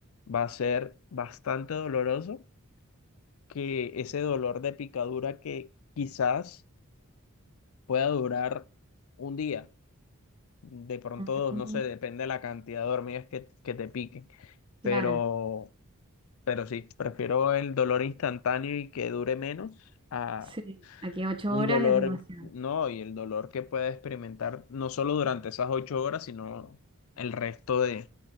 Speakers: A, on the left; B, on the right.
A: va a ser bastante doloroso, que ese dolor de picadura que quizás pueda durar un día. De pronto,
B: Mm,
A: dos, no sé, depende de la cantidad de hormigas que, que te piquen.
B: claro,
A: Pero, pero sí, prefiero el dolor instantáneo y que dure menos a
B: sí. Aquí ocho
A: un
B: horas
A: dolor,
B: es demasiado.
A: no, y el dolor que pueda experimentar no solo durante esas ocho horas, sino el resto de,